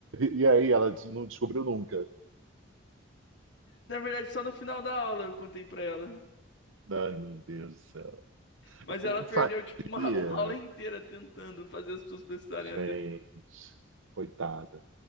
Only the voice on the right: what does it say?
E aí, ela não descobriu nunca.
Ai, meu Deus do céu.
Como
fazia?
Gente,
coitada.